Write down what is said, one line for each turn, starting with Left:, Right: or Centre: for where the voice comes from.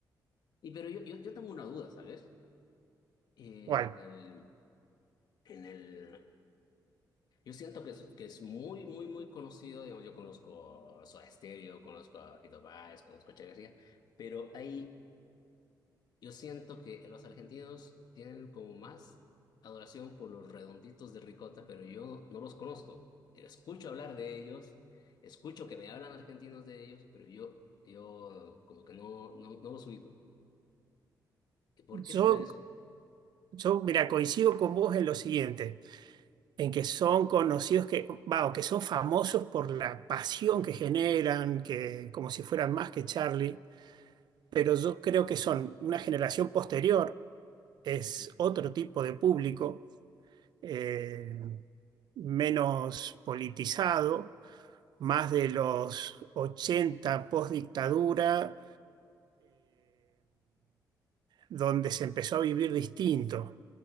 Left: y, y pero yo, yo, yo tengo una duda, ¿sabes? En
Right: Bueno,
Left: el, en el Yo siento que es, que es muy, muy, muy conocido. Digamos, yo conozco Soda Stereo, conozco a Fito Páez, conozco a Che García, pero ahí yo siento que los argentinos tienen como más adoración por los redonditos de ricota, pero yo no los conozco. Escucho hablar de ellos, escucho que me hablan argentinos de ellos, pero yo, yo como que no, no, no los ubico. ¿Por
Right: yo,
Left: qué será eso?
Right: yo, mira, coincido con vos en lo siguiente. en que son conocidos que, va, o que son famosos por la pasión que generan, que como si fueran más que Charlie, pero yo creo que son una generación posterior, es
Left: Ujú,
Right: otro tipo de público, eh, menos politizado, más de los 80 post dictadura, donde se empezó a vivir distinto.